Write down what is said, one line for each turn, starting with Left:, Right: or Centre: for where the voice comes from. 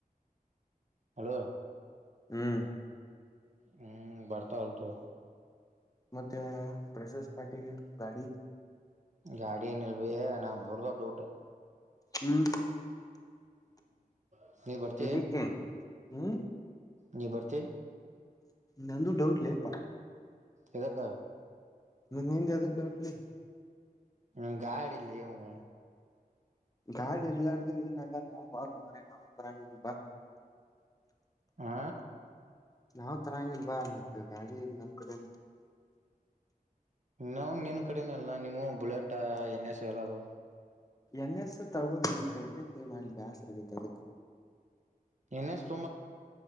Right: ಹಲೋ
Left: ಹ್ಮ್
Right: ಹ್ಮ್ ಬರ್ತಾ ಹೊಳ್ತು
Left: ಮತ್ತೆನಣ ಪ್ರಸಸ್ ಪಾರ್ಟಿಗೆ ಗಾಡಿ
Right: ಗಾಡಿ ಏನಿಲ್ಲ ಬಯ ನಾ ಬರ್ದ ಡೌಟ್
Left: ಹ್ಮ್
Right: ಹ್ಮ್ ನೀ ಬರ್ತಿ
Left: ಹಿಕೆ ಹ್ಮ
Right: ನಿಬರ್ತಿ
Left: ನಂದೂ ಡೌಟ್ಲೆ ಪ್ಪ
Right: ಇದ್ಯಕ
Left: ಮನೆ ಇಂದ ಡೌಟ್ಲಿ
Right: ಹ್ಮ ಗಾಡಿ ಇಲ್ಲಿ ಇವ್ಂಗ
Left: ಗಾಡ್ ಇರ್ಲ್ಲಾರ್ದು ಏನಾಗ ನಾ ಬಾರ ಮರ ನವು ತರಾಂಗಪಾ
Right: ಆ
Left: ನಾವ್ ತರಂಗಲ್ವಾ ಮತ್ತೆ ಗಾಡಿ ನಮ್ ಕಡೆ
Right: ನಾವು ನಿನ್ ಕಡೆನಲ್ಲ ನೀವು ಬುಲೆಟ್ ಏನ್ ಎಸ್ ಹೇಳೋದ
Left: ಎನ್ ಎಸ್ ತರಬಹುದು ಇಲ್ಲ ಇ ಎನ್ ಎಸ್ ಮಾಡ ಬ್ಯಾಸ ರಗ ಅದಕ್ಕೆ
Right: ಏನ್ ಎಸ್ <unintelligible>